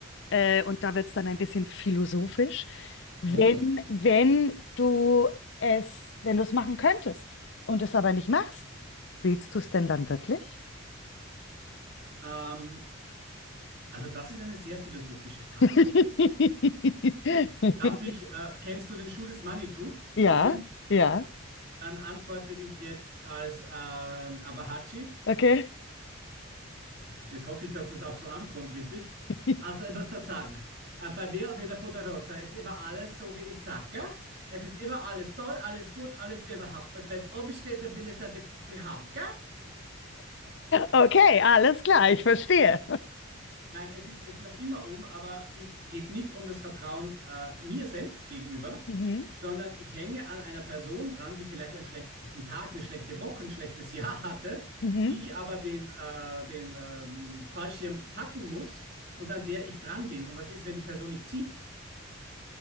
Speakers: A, on the left; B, on the right.
A: äh, und da wird es dann ein bisschen philosophisch, wenn,
B: oh,
A: wenn du es, wenn du es machen könntest und es aber nicht machst, willst du es denn dann wirklich?
B: ähm, also das ist eine sehr philosophische Frage.
A: <laughs>
B: Darf ich, äh, kennst du den Schuh des Manitou,
A: Ja,
B: den Film?
A: ja,
B: Dann antworte ich jetzt als ähm, Abahachi.
A: okay.
B: Jetzt hoffe ich, dass das auch so ankommt, richtig?
A: <laughs>
B: Also immer das Sagen. Äh, bei mir oder der Poderosa ist immer alles so, wie ich sage. Es ist immer alles toll, alles gut, alles überhaupt. Und wenn es oben steht, dann will ich es dann wirklich haben.
A: Okay, alles klar, ich verstehe.
B: Nein, es ist, es ist noch immer oben, aber es geht nicht um das Vertrauen äh, mir selbst gegenüber,
A: Mhm,
B: sondern ich hänge an einer Person dran, die vielleicht einen schlechten Tag, eine schlechte Woche, ein schlechtes Jahr hatte,
A: mhm.
B: die aber den, äh, den ähm, Fallschirm packen muss und an der ich dran bin. Und was ist, wenn die Person nicht zieht?